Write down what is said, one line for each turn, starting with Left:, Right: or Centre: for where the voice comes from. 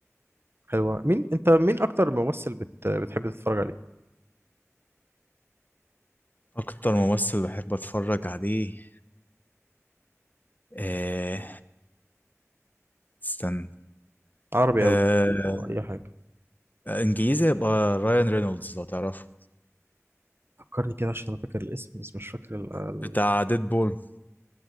Right: حلوة مين انت مين اكتر ممثل بت... بتحب تتفرج عليه
Left: أكتر ممثل بحب أتفرج عليه آه استنى
Right: عربي
Left: آه
Right: او أو اي حاجة
Left: إنجليزي يبقى رايان رينولدز لو تعرفه
Right: فكرني كده عشان انا فاكر الاسم بس مش فاكر ال... ال...
Left: بتاع ديد بول